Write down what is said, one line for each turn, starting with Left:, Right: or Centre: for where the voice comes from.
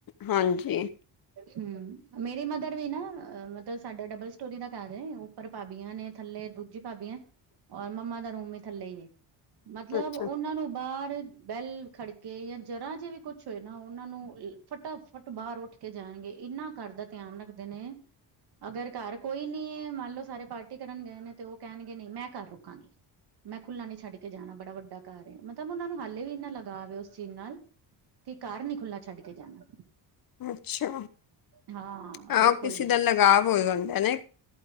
Left: ਹਾਂਜੀ।
Right: ਹੂੰ, ਮੇਰੀ ਮਦਰ ਵੀ ਨਾ, ਮਤਲਬ ਸਾਡਾ ਡਬਲ ਸਟੋਰੀ ਦਾ ਘਰ ਏ ਉੱਪਰ ਭਾ ਭਾਬੀਆਂ ਨੇ ਥੱਲੇ। ਦੂਜੀ ਭਾਬੀਆਂ ਔਰ ਮੰਮਾ ਦਾ ਰੂਮ ਵੀ ਥੱਲੇ ਈ ਏ। ਮਤਲਬ,
Left: ਅੱਛਾ
Right: ਉਹਨਾਂ ਨੂੰ ਬਾਹਰ ਬੈਲ ਖੜਕੇ, ਜਾਂ ਜਰਾ ਜੇ ਵੀ ਕੁਛ ਹੋਏ ਨਾ, ਉਹਨਾਂ ਨੂੰ ਫਟਾਫਟ ਬਾਹਰ ਉੱਠ ਉਠ ਕੇ ਜਾਣਗੇ? ਇਹਨਾਂ ਘਰ ਦਾ ਧਿਆਨ ਰੱਖਦੇ ਨੇ। ਅਗਰ ਘਰ ਕੋਈ ਨੀ ਐ, ਮੰਨ ਲਓ ਸਾਰੇ ਪਾਰਟੀ ਕਰਨ ਗਏ ਨੇ, ਤੇ ਉਹ ਕਹਿਣਗੇ, ਨਹੀਂ, ਮੈਂ ਘਰ ਰੁਕਾਂਗੀ। ਮੈਂ ਖੁੱਲਾ ਨੀ ਛੱਡ ਕੇ ਜਾਣਾ। ਬੜਾ ਵੱਡਾ ਘਰ ਐ। ਮਤਲਬ, ਉਹ ਨੂੰ ਹਾਲੇ ਵੀ ਇੰਨਾ ਲਗਾਵ ਐ। ਉਸ ਚੀਜ਼ ਨਾਲ ਕਿ, ਘਰ ਨੀ ਖੁੱਲ੍ਹਾ ਛੱਡ ਕੇ ਜਾਣਾ।
Left: ਅੱਛਾ,
Right: ਹਾਂ
Left: ਆਹ
Right: ਬਿਲਕੁਲ
Left: ਕਿਸੇ
Right: ਵੀ
Left: ਦਾ ਲਗਾਵ ਹੋ ਜਾਂਦਾ ਨਾ।